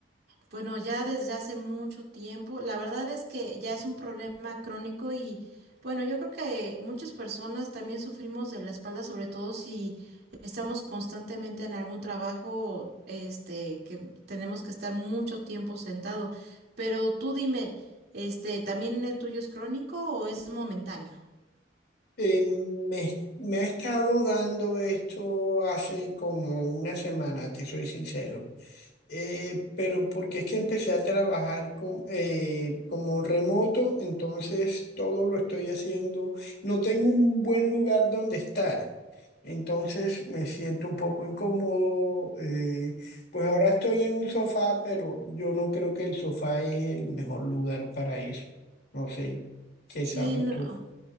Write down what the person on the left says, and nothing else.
Eh, me, me ha estado dando esto hace como una semana, te soy sincero. Eh, pero porque es que empecé a trabajar con, eh, como remoto, entonces todo lo estoy haciendo. No tengo un buen lugar donde estar, entonces me siento un poco incómodo. eh, pues ahora estoy en un sofá, pero yo no creo que el sofá es el mejor lugar para eso. No sé, ¿qué
sabes
tú?